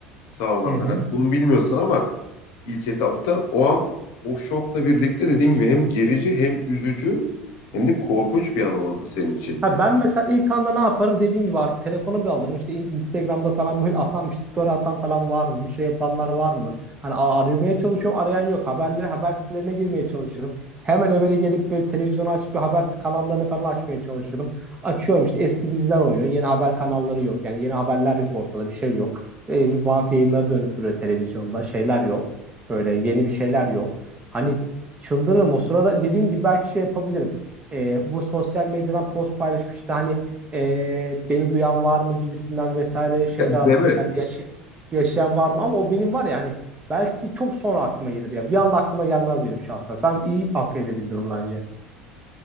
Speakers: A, on the left (about 55°); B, on the right (about 20°).
A: sağ olanlar.
B: Hı hı.
A: Hani bunu bilmiyorsun ama ilk etapta. O an o şokla birlikte dediğin gibi hem gerici hem üzücü hem de korkunç bir an olurdu senin için.
B: Ha E, ben mesela ilk anda ne yaparım dediğin gibi artık telefonu bir alırım işte in- Instagram'da falan böyle atan bir story atan falan var mı bir şey yapanlar var mı hani a- aramaya çalışıyorum arayan yok haberlere haber sitelerine girmeye çalışırım hemen evvela gelip böyle televizyonu açıp bir haber kanallarını falan açmaya çalışırım açıyorum işte eski diziler oynuyor yeni haber kanalları yok yani yeni haberler yok ortada bir şey yok e, bant yayınları dönüp duruyor televizyonda şeyler yok böyle yeni bir şeyler yok hani
A: Hı
B: çıldırırım o sırada dediğin gibi belki şey yapabilirim e, bu sosyal medyadan post paylaşmıştı hani e, beni duyan var mı gibisinden vesaire şeyler
A: Değil
B: atmak
A: mi?
B: yani yaşı- yaşayan var mı ama o benim var ya hani belki çok sonra aklıma gelir ya bir anda aklıma gelmez benim şahsen sen iyi akıl edebildin onu bence.